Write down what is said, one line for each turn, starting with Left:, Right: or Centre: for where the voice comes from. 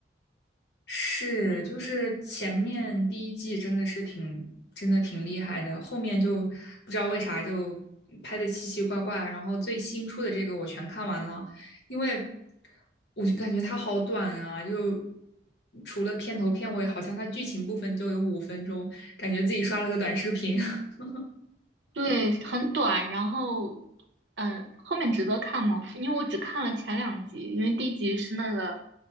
Left: 是，就是前面第一季真的是挺，真的挺厉害的，后面就不知道为啥就拍的奇奇怪怪。然后最新出的这个我全看完了，因为我就感觉它好短啊，就除了片头片尾，好像它剧情部分就有五分钟，感觉自己刷了个短视频。<laughs>
Right: 对，很短，然后，嗯，后面值得看吗？因为我只看了前两集，因为第一集是那个